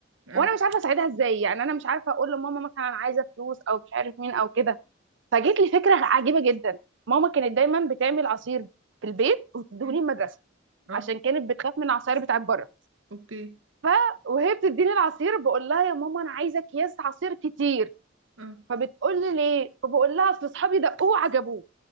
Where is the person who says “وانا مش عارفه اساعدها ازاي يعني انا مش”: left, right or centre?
Right